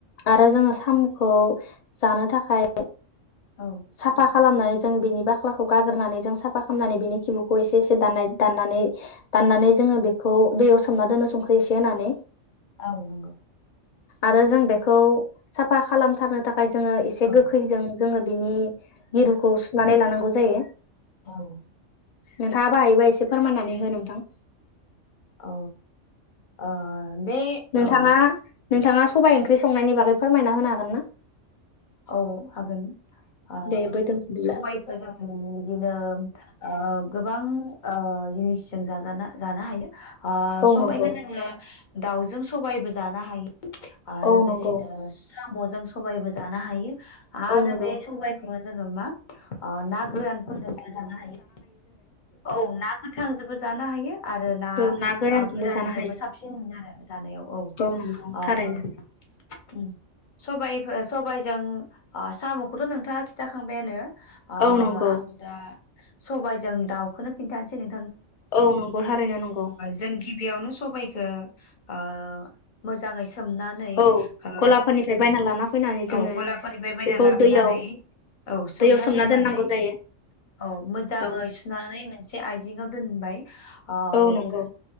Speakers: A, on the left; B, on the left.
A: आरो जोंङो सामुखौ जानो थाखाय
B: औ
A: साफा। खालामनानै जों बिनि बाख्लाखौ गागोरनानै जों साफा बिनि खिबुखौ एसे एसे दाननाय दाननानै दाननानै जोङो बेखौ दैयाव सोमना दोननो संख्रि एसे होनानै।
B: औ नंगौ
A: आरो जों बेखौ साफा खालामथारनो थाखा फाय जोङो एसे
B: औ
A: गोखैजों जोङो बिनि मिरुखौ सुनानै लानांगौ नांगौ जायो
B: औ।
A: नोंथाङा बाहायोबा एसे फोरमायनानै हो नोंथां
B: औ। ओ बे
A: नोंथाङा
B: ओ
A: नोंथाङा सबाइ ओंख्रि संनायनि बागै फोरमायना होनो हागोन ना?
B: औ हागोन ओ
A: दे बै दोनथ'दिब्ला
B: सबायखौ जों बिदिनो ओ गोबां ओ जिनिस जों जाजा जानो हायो अ
A: औ
B: सबायखो
A: नंगौ
B: जोङो दाउजों सबायबो जानो हायो आरो
A: औ
B: लोगोसेनो
A: नंगौ
B: साम'जों सबायबो जानो हायो आरो
A: औ नंगौ
B: बे सबायखौ जोंङो मा अ ना गोरानफोरजोंनो जानो हायो औ ना गोथां जों बो जानो हायो। आरो ना
A: औ
B: आ गोरानजोंबो
A: जानो हायो
B: साबसिन मोनो आरो जानायाव औओ
A: औ नंगौ थारैनो
B: ओम सबाइ। सबायाइजों ओ साम'खौथ' नोंथाङा खिथाखांबायानो। अ
A: औ नंगौ
B: आं दा सबाय जों दाउखौनो खिन्थानोसै नों
A: औ नंगौ थारैनो नंगौ।
B: जों गिबियावनो सबाइखौ ओ मोजाङै सोमनानै
A: औ
B: ओ।
A: गलाफोरनिफ्राय बायना लाना फैनानै जोङो
B: औ गलाफोरनिफ्राय बायना
A: बेखौ
B: लाबोनानै
A: दैयाव
B: औ सोमना
A: दैयाव
B: दोननानै
A: दोननांगौ जायो
B: औ मोजाङै
A: औ
B: सुनानै मोनसे आइजे ङाव दोनबाय। ओ
A: औ नंगौ